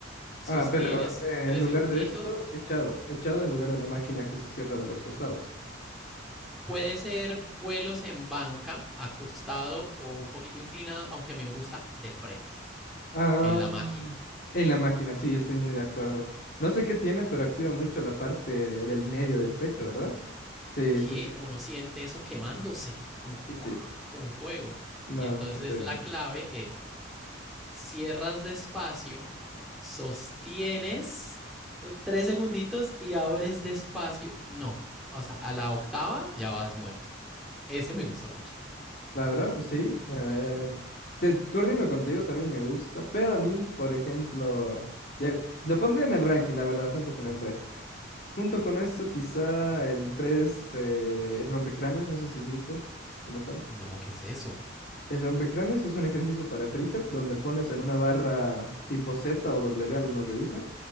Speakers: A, in the centre; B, on the left (about 45°).
A: sostienes
B: Ah, pero eh,
A: tres
B: en lugar
A: segunditos.
B: de esto, echado, echado en lugar de la máquina que se cierra de los costados.
A: Puede ser vuelos en banca, acostado o un poquito inclinado, aunque a mí me gusta de frente,
B: Ah,
A: en la máquina.
B: en la máquina, sí, estoy muy de acuerdo. No sé qué tiene, pero activa mucho la parte del medio del pecho, ¿verdad? Sí,
A: Que
B: sí, sí,
A: uno siente eso quemándose, como,
B: sí,
A: uff,
B: sí.
A: como un fuego.
B: No,
A: Y entonces
B: bastante bien.
A: la clave es, cierras despacio, sostienes tres segunditos y abres despacio. No, o sea, a la octava ya vas muerto. Ese
B: Mm,
A: me gusta mucho.
B: La verdad, sí, a ver, te coordino contigo, también me gusta, pero a mí, por ejemplo, ya, lo pondría en el ranking, la verdad, junto con el press. Junto con eso quizá el press, eh, el rompecráneos, no sé si hiciste como tal.
A: No, ¿qué es eso?
B: El rompecráneos es un ejercicio para tríceps donde pones en una barra tipo Z o W, algunos le dicen,